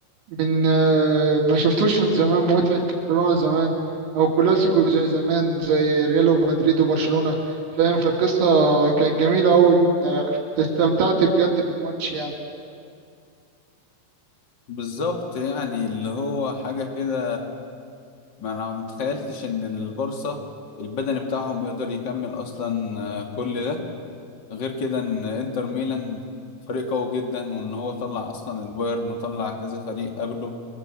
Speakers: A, on the right; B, on the left.
A: من آه، ما شفتوش من زمان متعة برشلونة زمان او كلاسيكو زي زمان زي ريال ومدريد وبرشلونة فاهم فالقصة كانت جميلة اوي آه، استمتعت بجد بالماتش يعني
B: بالظبط يعني اللي هو حاجة كده ما انا متخيلتش ان البارسا البدني بتاعهم يقدر يكمل اصلا آه، كل ده غير كده ان انتر ميلان فريق قوي جدا وان هو طلع اصلا البايرن وطلع كذا فريق قبله